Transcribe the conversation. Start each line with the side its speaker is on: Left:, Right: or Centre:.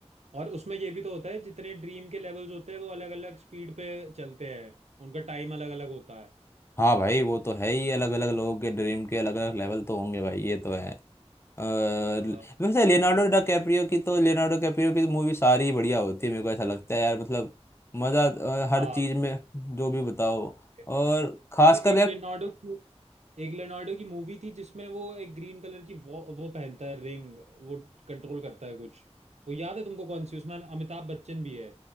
Right: और उसमें ये भी तो होता है जितने ड्रीम के लेवल्स होते हैं वो अलग अलग स्पीड पे चलते हैं उनका टाइम अलग अलग होता है
Left: हाँ भाई वो तो है ही अलग अलग लोगों के ड्रीम के अलग अलग लेवल तो होंगे भाई ये तो है अ,
Right: आ,
Left: वैसे लियोनार्डो डा कैप्रियो की तो लियोनार्डो कैप्रियो की तो मूवी सारी बढ़िया होती है मेरे को ऐसा लगता है यार मतलब मजा अ, हर
Right: हाँ
Left: चीज में जो भी बताओ
Right: सही बात।
Left: और खासकर
Right: अब एक
Left: यार
Right: लेनार्डो की एक लेनार्डो की मूवी थी जिसमें वो एक ग्रीन कलर की वो वो पहनता है रिंग वो कंट्रोल करता है कुछ वो याद है तुमको कौन सी उसमें अमिताभ बच्चन भी है